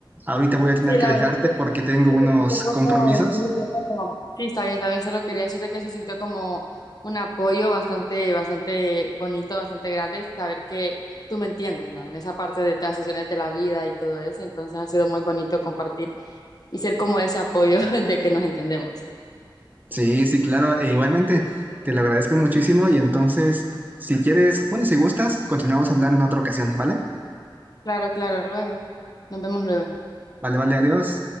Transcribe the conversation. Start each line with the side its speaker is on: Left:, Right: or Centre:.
Right: Ahorita voy a tener
Left: sí, la
Right: que dejarte
Left: verdad.
Right: porque tengo unos
Left: se sintió
Right: compromisos.
Left: como, se sintió como, Sí, está bien, también solo quería decirte que se sintió como un apoyo bastante, bastante bonito, bastante grande, y saber que tú me entiendes, ¿no? En esa parte de transiciones de la vida y todo eso, entonces ha sido muy bonito compartir y ser como ese apoyo <laughs> de que nos entendemos.
Right: Sí, sí, claro. E igualmente, te lo agradezco muchísimo. Y entonces, si quieres, bueno, si gustas, continuamos hablando en otra ocasión, ¿vale?
Left: Claro, claro, luego. Nos vemos luego.
Right: Vale, vale, adiós.